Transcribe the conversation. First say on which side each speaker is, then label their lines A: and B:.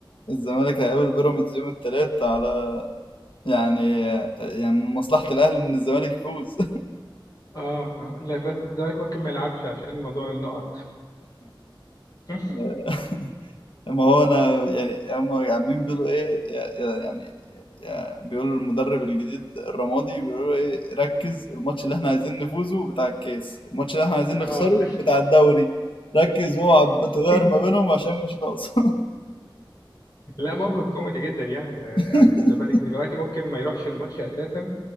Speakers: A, on the left; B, on the left.
A: الزمالك هيقابل بيراميدز يوم الثلاث على يعني يعني من مصلحة الاهلي ان الزمالك يفوز
B: آه آه. لا بس الزمالك ممكن ما يلعبش عشان موضوع النقط <laughs>
A: <laughs> ما هو انا يعني هم عمالين بيقولوا ايه يا- يعني يا- بيقولوا المدرب الجديد الرمادي بيقولوا ايه ركز الماتش اللي احنا عايزين نفوزه بتاع الكاس الماتش اللي احنا عايزين
B: آه
A: نخسره بتاع الدوري ركز اوعى بتغير
B: <laughs>
A: ما بينهم عشان مش ناقصه
B: لا موقف كوميدي جدا يعني
A: <laughs>
B: يعني الزمالك دلوقتي ممكن ما يروحش الماتش أساسا